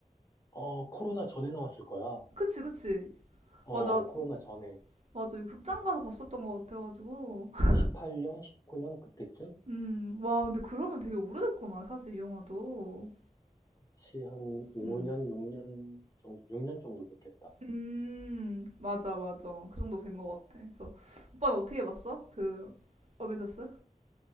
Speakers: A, on the left; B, on the right.
A: 어, 코로나 전에 나왔을 거야.
B: 그치, 그치.
A: 어,
B: 맞아,
A: 코로나 전에.
B: 맞아. 이거 극장 가서 봤었던 것 같아가지고. <laughs>
A: 18년, 19년 그때쯤?
B: 음, 와, 근데 그러면 되게 오래됐구나, 사실 이 영화도.
A: 그치, 한 5년,
B: 음.
A: 6년 정도, 6년 정도 됐겠다.
B: 음, 맞아, 맞아. 그 정도 된 것 같아. 그래서, 오빠는 어떻게 봤어? 그, 어벤져스?